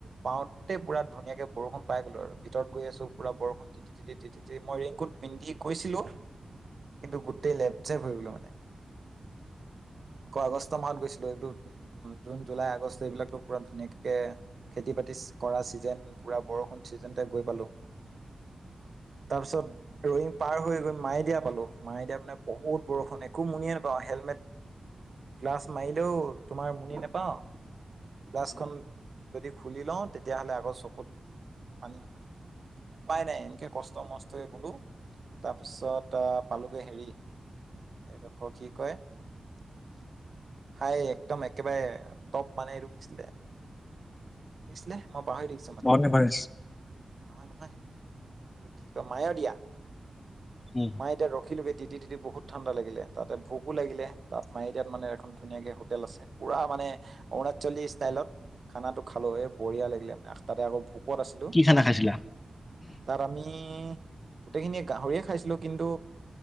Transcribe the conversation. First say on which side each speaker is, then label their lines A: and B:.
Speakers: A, on the right (about 55°); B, on the left (about 30°).
A: পাওঁতে পুৰা ধুনীয়াকে বৰষুণ পাই গলো আৰু। ভিতৰত গৈ আছো পুৰা বৰষুণ তিতি, তিতি, তিতি, তি মই ৰেইনকুট পিন্ধি গৈছিলো, কিন্তু গোটেই লেপ জেপ হৈ গলো মানে। আকৌ আগষ্ট মাহত গৈছিলো এইটো উম। জুন জুলাই আগষ্ট এইবিলাক পুৰা ধুনীয়াকে খেতি বাতি কৰা ছিজন পুৰা বৰষুণ গৈ পালো, তাৰপিছত ৰই পাৰ হৈ গৈ মায়েদিয়া পালো। মাই দিয়া মানে বহুত বৰষুণ একো মুনিয়ে নাপাওঁ হেলমেট গ্লাছ মাৰিলেও তোমাৰ মুনি নাপাও গ্লাছখন যদি খুলি লওঁ তেতিয়াহ'লে আকৌ চকুত পানী সোমাই। উপায় নাই এনকে কষ্ট মচ বোলো তাৰ পিছত আহ পালোগৈ হেৰি এইডোখৰ কি কয় হাই একদম একেবাৰে টপ মানে এইটো কিছিলে কি আছিলে মই পাহৰি দেখিছো মানে।
B: মাউণ্ট এভাৰেষ্ট
A: নহয় নহয়, এইটো কয় মায় দিয়া,
B: উম
A: মায় এতিয়া ৰখিলো বেট তি তিতি বহুত ঠাণ্ডা লাগিলে। তাতে ভোকো লাগিলে। তাত মাৰি দিয়াত মানে এখন ধুনীয়াকে হোটেল আছে। পুৰা মানে অৰুণাচলী ষ্টাইলত খানাটো খালো এ বঢ়িয়া লাগিলে মানে, তাতে আকৌ ভোকত আছিল।
B: কি খানা খাইছিলা
A: তাত আমি? গোটেইখিনিয়ে গাহৰিয়ে খাইছিলো, কিন্তু